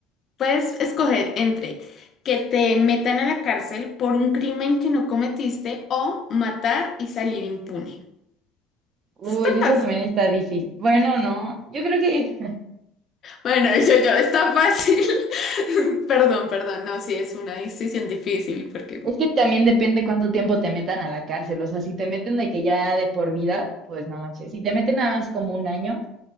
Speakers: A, on the left (about 40°); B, on the right (about 45°).
A: Puedes escoger entre que te metan a la cárcel por un crimen que no cometiste o matar y salir impune.
B: Uy,
A: Está
B: eso
A: fácil.
B: también está difícil. Bueno, no, yo creo que
A: Bueno, <laughs> yo, yo, está fácil. <laughs> Perdón, perdón. No, sí, es una decisión difícil porque...
B: Es que también depende cuánto tiempo te metan a la cárcel. O sea, si te meten de que ya de por vida, pues no manches. Si te meten nada más como un año,